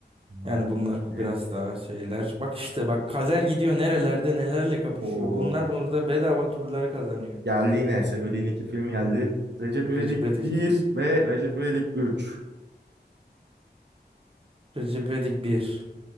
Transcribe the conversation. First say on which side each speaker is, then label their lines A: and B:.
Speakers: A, on the right; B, on the right.
A: Masumiyet.
B: Yani bunlar ku- biraz daha şeyler. Bak işte bak kader gidiyor nerelerde nelerle kapışıyor.
A: O
B: Bunlar burada bedava turları kazanıyor.
A: geldi yine. Sevdiğin iki film geldi. Recep İvedik
B: Recep Edik.
A: bir ve Recep İvedik üç.
B: Recep Edik 1.